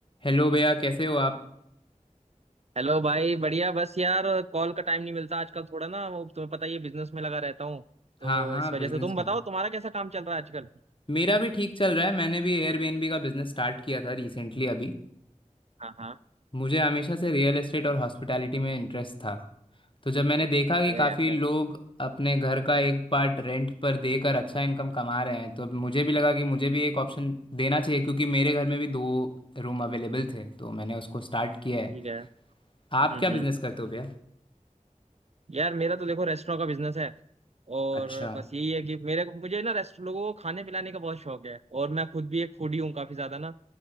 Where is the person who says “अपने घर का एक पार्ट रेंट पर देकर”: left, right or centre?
Left